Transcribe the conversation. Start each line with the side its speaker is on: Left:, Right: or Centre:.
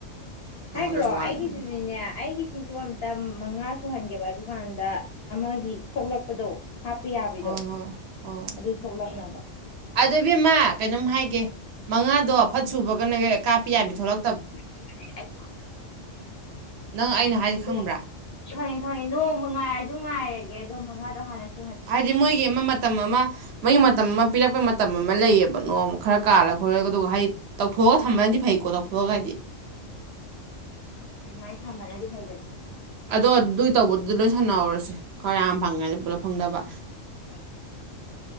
Right: ꯅꯉꯣꯟꯗꯁꯨ
Left: ꯍꯥꯏꯈ꯭ꯔꯣ
Right: ꯋꯥꯠꯂꯤꯗꯨꯕꯨꯗꯤ
Left: ꯑꯩꯒꯤꯗꯨꯗꯤꯅꯦ ꯑꯩꯒꯤ ꯁꯤꯁꯨ ꯑꯝ ꯇꯝ ꯃꯉꯥ ꯁꯨꯍꯟꯒꯦꯕ ꯑꯗꯨꯀꯥꯟꯗ ꯑꯃꯒꯤ ꯊꯣꯛꯂꯛꯄꯗꯣ ꯍꯥꯞꯄ ꯌꯥꯕꯤꯗꯣ
Right: ꯍꯣꯏ ꯍꯣꯏ ꯍꯣꯏ
Left: ꯑꯗꯨ ꯊꯣꯛꯂꯛꯅꯕ
Right: ꯑꯗꯨꯏꯕꯦꯝꯃ ꯀꯩꯅꯣꯝ ꯍꯥꯏꯒꯦ ꯃꯉꯥꯗꯣ ꯑ ꯐꯠ ꯁꯨꯕꯒꯅ ꯀꯥꯞꯄ ꯌꯥꯕ ꯊꯣꯛꯂꯛ
Left: <inaudible>
Right: ꯅꯪ ꯑꯩꯅ ꯍꯥꯏꯁꯦ ꯈꯪꯕ꯭ꯔꯥ
Left: ꯁꯅꯤ ꯁꯅꯤ ꯅꯣꯡꯃ ꯉꯥꯏꯔꯁꯨ ꯉꯥꯏꯔꯒꯦ ꯑꯗꯨꯝ <unintelligible>
Right: ꯍꯥꯏꯗꯤ ꯃꯣꯏꯒꯤ ꯑꯃ ꯃꯇꯝ ꯑꯃ ꯃꯣꯏꯒꯤ ꯃꯇꯝ ꯑꯃ ꯄꯤꯔꯛꯄꯩ ꯃꯇꯝ ꯑꯃ ꯂꯩꯌꯦ ꯅꯣꯡꯃ ꯈꯔ ꯀꯥꯜꯂꯒ ꯈꯣꯏꯂꯒ ꯑꯗꯨꯒ ꯍꯩꯠ ꯇꯧꯊꯣꯛꯒ ꯊꯝꯕꯅꯗꯤ ꯐꯩꯀꯦ ꯇꯧ <unintelligible>
Left: ꯑꯗꯨꯃꯥꯏ ꯊꯝꯕꯅꯗꯤ ꯐꯩꯗꯅ
Right: ꯑꯗꯣ ꯑꯗꯨꯏ ꯇꯧꯕꯗꯨꯗꯤ ꯂꯣꯏ ꯁꯥꯟꯅꯍꯧꯔꯁꯤ ꯈꯔ ꯌꯥꯝ ꯐꯪꯉꯗ ꯄꯨꯂꯞ ꯐꯪꯅꯕ
Left: ꯥ <inaudible>